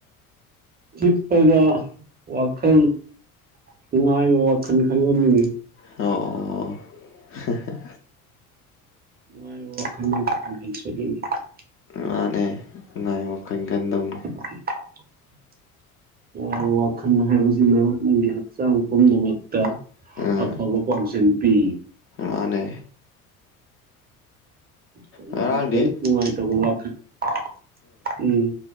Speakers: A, on the right; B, on the left.
A: ꯍꯤꯞꯄꯒ ꯋꯥꯈꯜ ꯅꯨꯡꯉꯥꯏꯕ ꯋꯥꯈꯜ ꯈꯜꯂꯝꯃꯤꯅꯦ
B: ꯑꯣ <unintelligible>
A: ꯅꯨꯡꯉꯥꯏꯕ ꯋꯥꯈꯜ <unintelligible>
B: ꯃꯥꯅꯦ ꯅꯨꯡꯉꯥꯏꯕ ꯋꯥꯈꯜ ꯈꯟꯗꯧꯅꯤ
A: <unintelligible> ꯅꯨꯡꯉꯥꯏꯕ ꯋꯥꯈꯜ ꯍꯥꯏꯕꯖꯤꯅ ꯅꯪꯒꯤ ꯍꯛꯆꯥꯡ ꯄꯨꯝꯅꯃꯛꯇ
B: ꯑꯥ
A: ꯑꯐꯕ ꯄꯥꯎꯖꯦꯜ ꯄꯤ
B: ꯃꯥꯅꯦ
A: ꯀꯩꯒꯨꯝꯕ
B: ꯉꯔꯥꯡꯗꯤ
A: ꯍꯦꯛ ꯅꯨꯡꯉꯥꯏꯇꯕ ꯋꯥꯈꯟ <unintelligible>